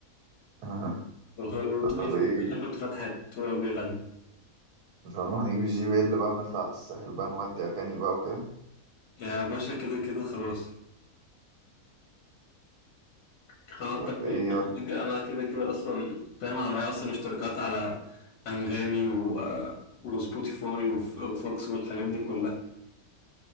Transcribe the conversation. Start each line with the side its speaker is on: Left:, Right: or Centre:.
Right: <laughs> آه.
Left: وتلاقي
Right: طب
Left: في
Right: ايه
Left: حتة حلوة اتفتحت وهو بيغني
Right: مش هنروح نجيب الجي بي ال بقى ونطلع على الساحل بقى نودي اغاني بقى وكده
Left: يا باشا كده كده خلاص خلاص
Right: طب
Left: طب <laughs> أقول
Right: ايه
Left: لك حاجة أنا كده كده أصلا فاهم أنا معايا أصلا اشتراكات على أنغامي و... آه، وسبوتيفاي وف... وفوكس والحاجات دي كلها